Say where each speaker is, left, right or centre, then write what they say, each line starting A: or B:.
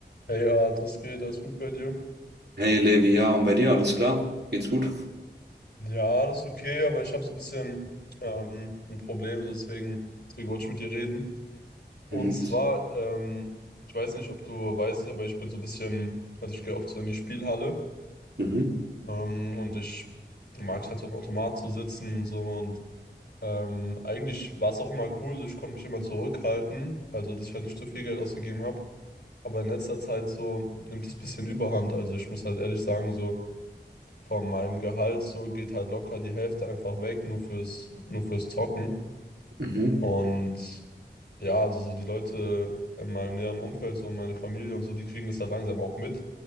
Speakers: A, on the left; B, on the right.
A: Hey, ah, das geht, alles gut bei dir?
B: Hey Levi, ja, und bei dir alles klar? Geht's gut?
A: Ja, alles okay, aber ich habe so ein bisschen ähm, ein Problem, so deswegen, deswegen wollte ich mit dir reden. Und
B: Mhm.
A: zwar, ähm, ich weiß nicht, ob du weißt, aber ich bin so ein bisschen, also ich gehe oft so in die Spielhalle
B: Mhm.
A: ähm, und ich mag es halt so am Automat zu sitzen und so und ähm, eigentlich war es auch immer cool, so ich konnte mich immer zurückhalten, also dass ich halt nicht zu viel Geld ausgegeben habe. Aber in letzter Zeit so nimmt es ein bisschen Überhand, also ich muss halt ehrlich sagen, so. von meinem Gehalt so geht halt locker die Hälfte einfach weg, nur fürs, nur fürs Zocken.
B: Mhm.
A: Und ja, also so die Leute in meinem näheren Umfeld, so meine Familie und so, die kriegen das halt langsam auch mit